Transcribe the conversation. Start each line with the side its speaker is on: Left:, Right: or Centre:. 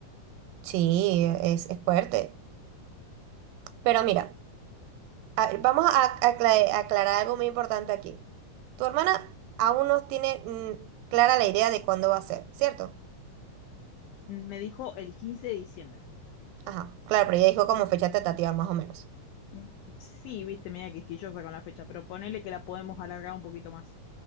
Right: sí, es, es fuerte. Pero mira. A ver, vamos a acla- aclarar algo muy importante aquí. Tu hermana aún no tiene mm, clara la idea de cuándo va a ser, ¿cierto?
Left: Mm, Me dijo el 15 de diciembre.
Right: Ajá, claro, pero ella dijo como fecha tentativa más o menos.
Left: Mm, Sí, viste, media quisquillosa con la fecha, pero ponele que la podemos alargar un poquito más.